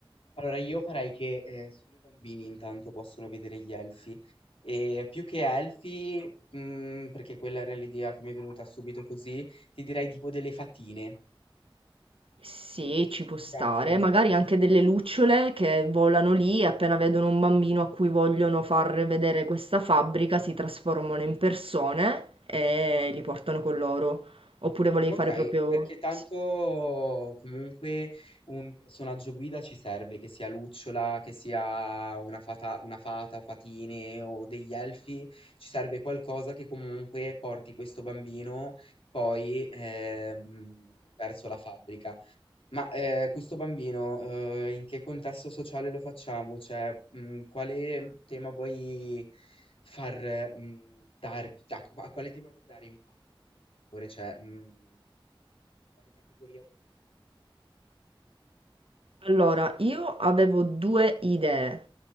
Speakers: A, on the left; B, on the right.
A: Allora, io farei che eh, solo i bambini intanto possono vedere gli elfi. E più che elfi, mm, perché quella era l'idea che mi è venuta subito così, ti direi tipo delle fatine.
B: Sì, ci può
A: Ti
B: stare,
A: piacciono?
B: magari anche delle lucciole che volano lì e appena vedono un bambino a cui vogliono far vedere questa fabbrica si trasformano in persone e li portano con loro. Oppure volevi
A: Ok,
B: fare proprio...
A: perché tanto
B: Sì.
A: comunque un personaggio guida ci serve, che sia lucciola, che sia una fata, una fata, fatine o degli elfi, ci serve qualcosa che comunque porti questo bambino poi ehm, verso la fabbrica. Ma, ehm, questo bambino, uhm, in che contesto sociale lo facciamo? Cioè, mhmm, quale tema vuoi far mhmm, dar da q a quale tema vuoi dare impatto per il lettore? Cioè, mhmm, quale categoria vuoi includere?
B: Allora, io avevo due idee,